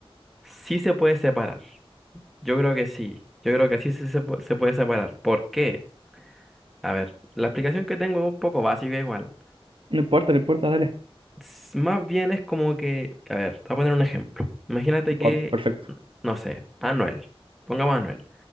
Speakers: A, in the centre; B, on the right.
A: sí se puede separar. Yo creo que sí. Yo creo que sí, se, se pu- se puede separar. ¿Por qué? A ver, la explicación que tengo es un poco básica igual.
B: No importa, no importa, dale.
A: S- Más bien es como que, a ver, te voy a poner un ejemplo. Imagínate que,
B: Va, Perfecto.
A: no sé, Anuel. Pongamos a Anuel.